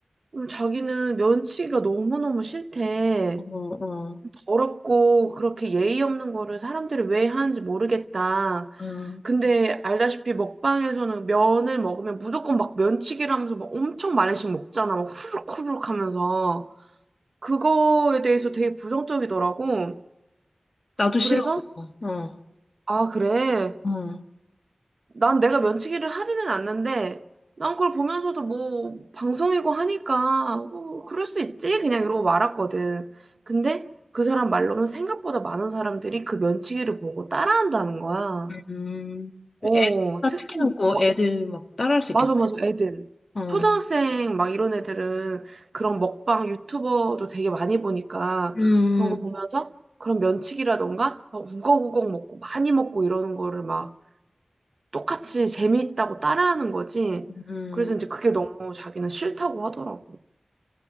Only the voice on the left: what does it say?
어, 어,
어.
나도
싫어. 그거. 어,
어.
음,
애,
특히 놓고
애들 막 따라할 수 있겠다.
어.
음,
음.